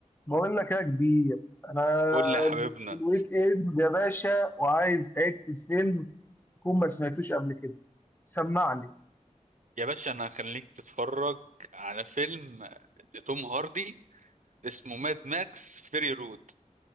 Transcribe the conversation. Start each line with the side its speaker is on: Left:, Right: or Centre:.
Left: بقول لك يا كبير انا
Right: قول لي يا حبيبنا
Left: في الويك اند يا باشا وعايز حته فيلم تكون ما سمعتوش قبل كده سمعني
Right: يا باشا انا هخليك تتفرج على فيلم لتوم هاردي اسمه ماد ماكس فيري رود